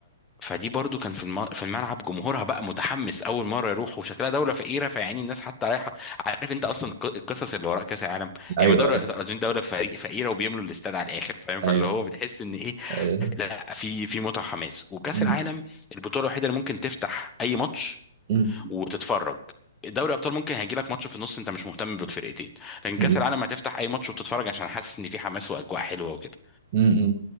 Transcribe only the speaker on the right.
أيوه
أيوه
أيوه
أيوه
مم.
مم.
مم.
امم